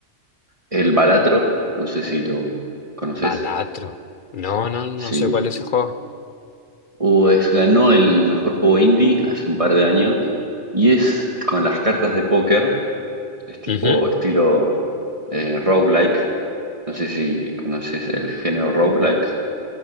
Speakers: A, on the right; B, on the left.
A: el Balatro, no sé si lo conoces.
B: Balatro. No, no, no
A: Sí.
B: sé cuál es ese juego.
A: O es, ganó el mejor juego indie hace un par de años. Y es con las cartas de póker. Es tipo
B: Ujú.
A: estilo eh, roguelike. No sé si conoces el género roguelike.